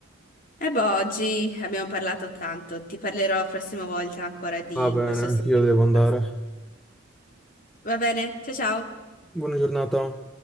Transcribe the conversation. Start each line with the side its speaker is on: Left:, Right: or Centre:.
Left: E boh, oggi abbiamo parlato tanto, ti parlerò la prossima volta ancora di
Centre: Va bene,
Left: questo
Centre: anch'io
Left: sistema.
Centre: devo
Left: di
Centre: andare.
Left: pasta. Va bene? Ciao ciao!
Centre: Buona giornata.